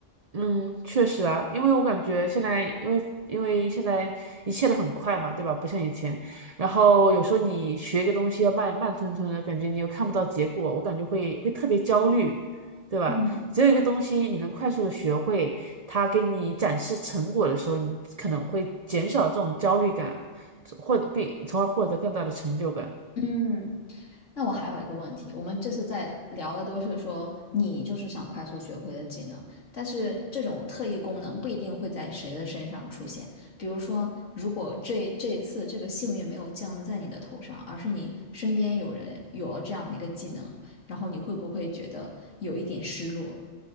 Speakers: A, on the right (about 35°); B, on the left (about 85°).
A: 嗯，确实啊，因为我感觉现在，因为因为现在一切都很快嘛，对吧？不像以前，然后有时候你学一个东西要慢慢吞吞的，感觉你又看不到结果，我感觉会会特别焦虑，对吧？
B: 嗯
A: 只有一个东西你能快速的学会，它给你展示成果的时候，你可能会减少这种焦虑感，获得并从而获得更大的成就感。
B: 嗯。那我还有一个问题，我们这次在聊的都是说你就是想快速学会的技能，但是这种特异功能不一定会在谁的身上出现。比如说，如果这这一次这个幸运没有降临在你的头上，而是你身边有人有了这样的一个技能，然后你会不会觉得有一点失落？